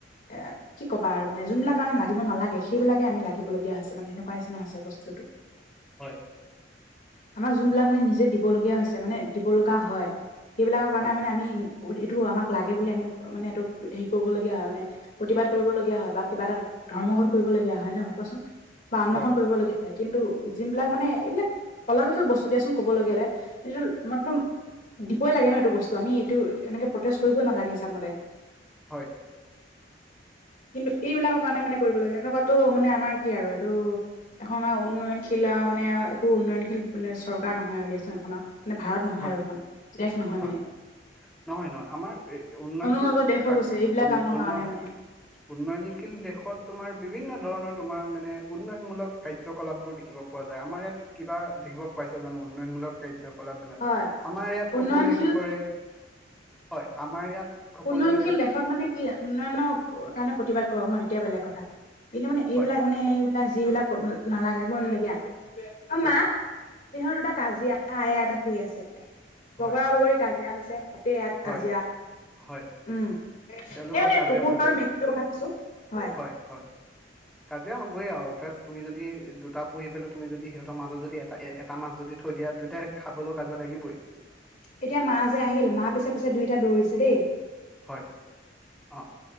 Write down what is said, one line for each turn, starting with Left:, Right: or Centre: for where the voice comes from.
Left: <unintelligible> কি ক'ব আৰু মানে যোনবিলাক আমি লাগিব নালাগে, সেইবিলাকে আমি লাগিবলগীয়া হৈছে মানে সেনেকোৱা নিচিনা হৈছে বস্তুটো। <unintelligible>
Centre: হয়।
Left: আমাক যোনবিলাক মানে নিজে দিবলগীয়া হৈছে, মানে দিব লগা হয়। সেইবিলাকৰ কাৰণে
Centre: হয়
Left: মানে আমি এইটো আমাক লাগে বুলি আমি মানে এইটো হেৰি কৰিবলগীয়া হয় মানে প্ৰতিবাদ কৰিবলগীয়া হয় বা কিবা এটা ধৰ্মঘোট কৰিব লগীয়া হয় নহয় কোৱাচোন বা আন্নখনন
Centre: হয়
Left: কৰিব লগগীয়া হয়। কিন্তু যোন বিলাক মানে এইবিলাক অলাগতিয়াল বস্তু দিয়াচোন কবলে গ'লে, এইটো আমাৰ একদম দিবই লাগে ন' এইটো বস্তু আমি এইটো এনেকে প্ৰটেষ্ট কৰিবই নালাগে হিচাপমতে।
Centre: হয়।
Left: কিন্তু এইবিলাকৰ কাৰণে মানে কৰিব লাগে। এনেকুৱাটো মানে আমাৰ কি আৰু এইটো এখন আৰু উন্নয়নশীল আৰু মানে একো উন্নয়নশীল মানে চৰকাৰ নহয় আৰু দিয়াচোন এখনৰ। মানে ভাৰত নহয়
Centre: হয়
Left: আৰু এখন, দেশ নহয়
Centre: হয়
Left: মানে।
Centre: নহয় নহয়, আমাৰ উন্নয়নশীল
Left: অনুন্নত দেশ হৈ
Centre: কাক
Left: গৈছে
Centre: কয়,
Left: এইবিলাক কামৰ
Centre: উন্ন
Left: কাৰণে মানে
Centre: উন্নয়নশীল দেশত তোমাৰ বিভিন্ন ধৰণৰ তোমাৰ মানে উন্নয়নমূলক কাৰ্যকলাপবোৰ দেখিব পোৱা যায়। আমাৰ ইয়াত কিবা দেখিব পাইছে জানো উন্নয়নমূলক কাৰ্যকলাপ বিলাক।
Left: হয়
Centre: আমাৰ ইয়াত
Left: উন্নয়নশীল
Centre: তে হয়, আমাৰ ইয়াত সকলোৱে
Left: উন্নয়নশীল দেশত মানে কি, উন্নয়নৰ কাৰণে, প্ৰতিবাদ কৰক ন তেতিয়া বেলেগ কথা। কিন্তু মানে, এইবিলাক
Centre: হয়
Left: মানে এইবিলাক যিবিলাক নালাগিব লগীয়া অ',
Centre: হয়
Left: মা সিহঁত দুটা কাজিয়া, আ এটা শুই আছে, বগৰা-বগৰী
Centre: হয়
Left: কাজিয়া হৈছে। তাতে ইয়াত
Centre: হয়
Left: কাজিয়া।
Centre: হয়।
Left: উম, <unintelligible>
Centre: তেওঁলোকৰ
Left: এ মানে
Centre: কাজিয়া
Left: কুকুৰ
Centre: চলিছে।
Left: আৰু মেকুৰীটো কথা কৈছোঁ, হয়।
Centre: হয়।
Left: <inaudible>
Centre: কাজিয়া হ'বই আৰু, এতিয়া তুমি যদি দুটা পুহি পেলাই তুমি যদি সিহঁতৰ মাজত যদি এটা এ এটা মাছ যদি থৈ দিয়া দুইটাই খাবলৈ কাজিয়া লাগিবই।
Left: এতিয়া মা যে আহিল, মা পিছে, পিছে দুইটা দৌৰিছে দেই।
Centre: হয়, অ',